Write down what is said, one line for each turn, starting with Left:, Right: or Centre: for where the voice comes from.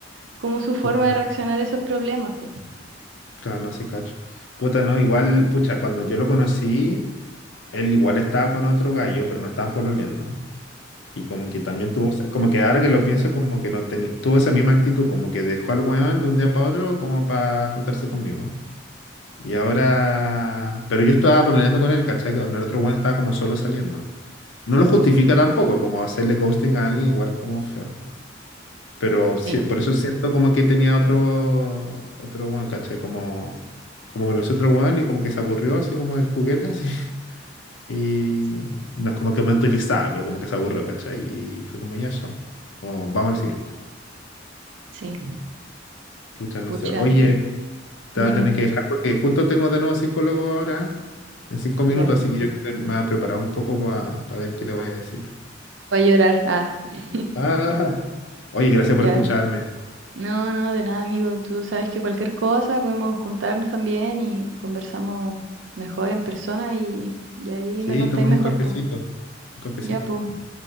Right: como su forma
Left: súper.
Right: de reaccionar a esos problemas, po.
Left: Claro, no, sí, cacho. Puta, no, igual, pucha, cuando yo lo conocí, él igual estaba con otro gallo, pero no estaban pololeando. Y como que también tuvo, esa- como que ahora que lo pienso, como que no tenía, tuvo esa misma actitud, como que dejó al weón de un día para otro como para juntarse conmigo. Y ahora, pero yo estaba pololeando con él, ¿cachai? Con el otro weón estaba como solo saliendo. No lo justifica tampoco, como hacerle ghosting a alguien igual como feo. Pero sí-
Right: Sí,
Left: por eso siento como que tenía otro, otro weón, ¿cachai? Como, como conoció otro weón y como que se aburrió así como del juguete, <laughs> así. Y
Right: sí,
Left: no es como que mentalizaba pero como que se aburrió, ¿cachai? Y fue como ya, chao. Como vamos al siguiente.
Right: sí.
Left: Pucha, no
Right: Pucha,
Left: sé. Oye, te
Right: dime,
Left: voy a tener que dejar porque justo tengo de nuevo psicólogo ahora en cinco minutos,
Right: ya.
Left: así que yo creo que me voy a preparar un poco para ver qué le voy a decir.
Right: Voy a llorar. Ah, <laughs>
Left: Ah, oye, gracias
Right: ya.
Left: por escucharme.
Right: No, no, de nada, amigo. Tú sabes que cualquier cosa podemos juntarnos también y conversamos mejor en persona y, y ahí
Left: Sí,
Right: me contáis
Left: tomemos
Right: mejor,
Left: un cafecito.
Right: po.
Left: Un cafecito.
Right: Ya, po.